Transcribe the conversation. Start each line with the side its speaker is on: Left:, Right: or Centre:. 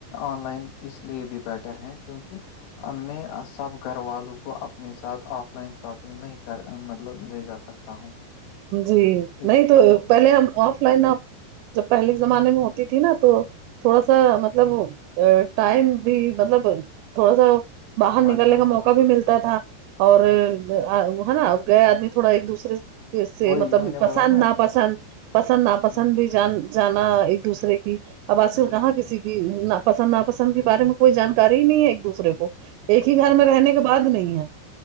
Left: آن لائن اس لیے بھی بیٹر ہے کیونکہ میں سب گھر والوں کو اپنے ساتھ آف لائن شاپنگ نہیں کر مطلب لے جا سکتا تا ہوں <inaudible>
Right: جی
Left: اس
Right: نہیں تو پہلے ہم آف لائن آپ جب پہلے کے زمانے میں ہوتی تھی نا تو تھوڑا سا مطلب ا ٹائم بھی مطلب تھوڑا سا باہر نکلنے
Left: لگتا
Right: کا
Left: تھا
Right: موقع بھی ملتا تھا اور ہے
Left: بالکل
Right: نا گئے آدمی تھوڑا ایک دوسرے سے کہ اس سے
Left: وہی
Right: مطلب
Left: میں نے
Right: پسند
Left: بولا
Right: نا پسند پسند ناپسند
Left: بالکل
Right: بھی جان جانا ایک دوسرے کی ابسی
Left: بالکل
Right: کہاں کسی کی نہ پسند ناپسند کے بارے میں کوئی جانکاری ہی نہیں ہے ایک دوسرے کو ایک ہی گھر
Left: بالکل
Right: میں رہنے کے بعد نہیں ہے